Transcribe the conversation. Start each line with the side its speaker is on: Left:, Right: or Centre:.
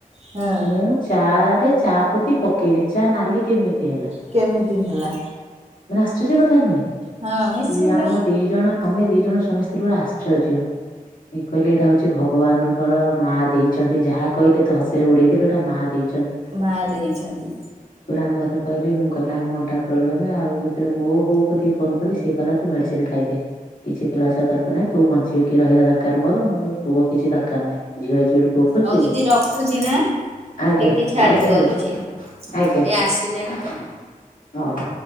Right: ହଁ
Left: ମୁଁ ଚା ରେ ଚାପତି ପକେଇନି ଚା ନାଲି କେମିତି ହେଲା
Right: କେମିତି ହେଲା?
Left: ମାନେ ଆଶ୍ଚର୍ଯ୍ୟ କଥା ନୁହେଁ?
Right: ହଁ ନିଶ୍ଚିନ୍ତ
Left: ଇଏ ଆମ ଦି ଜଣ ଆମେ ଦି ଜଣ ସ୍ୱାମୀ ସ୍ତ୍ରୀ ପୂରା ଆଶ୍ଚର୍ଯ୍ୟ। ଇଏ କହିଲେ ଏଇଟା ହଉଛି ଭଗବାନଙ୍କର ମା ଦେଇଛନ୍ତି ଯାହା କହିଲେ ତୁ ହସରେ ଉଡେଇଦେଲୁ ଏଟା ମା ଦେଇ
Right: ମା ଦେଇଛନ୍ତି।
Left: ତାପରେ ଆମ ଏକରେ କହିଲି ମୁଁ କହିଲି ନାଇଁ ମୋ ଅଣ୍ଟା ପ୍ରୋବ୍ଲେମ ଆଉ ଯେତେବେଳେ ମୋ ବୋଉ କତିକି ଫୋନ କଲି ସେ କହିଲା ତୁ ମେଡିସିନ ଖାଇଦେ। କିଛି ପିଲା ଛୁଆ ଦରକାର ନାହିଁ ତୁ ବଞ୍ଚି କିି ରହିବା ଦରକାର ମୋର ପୁଅ କିଛି ଦରକାର ନାହିଁ ଝିଅ ହେଇଛି ବୋଲି ପୁଅ ଖୋଜୁଛୁ
Right: ହଉ ଦିଦି
Left: କି
Right: ରଖୁଛି ନା।
Left: ଆଜ୍ଞା,
Right: ଟିକେ ଛାଡି
Left: ଆଜ୍ଞା
Right: କରୁଛି
Left: ଦିଦି ଆଜ୍ଞା
Right: ଏ ଆସିଲେଣି
Left: ହଉ।
Right: ତ।